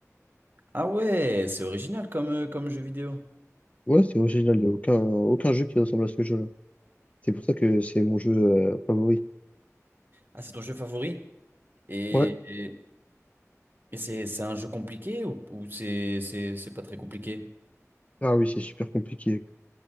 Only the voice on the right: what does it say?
Ah ouais, c'est original comme, euh, comme jeu vidéo.
Ah, c'est ton jeu favori? Et,
et, et c'est c'est un jeu compliqué ou, ou c'est c'est- c'est pas très compliqué?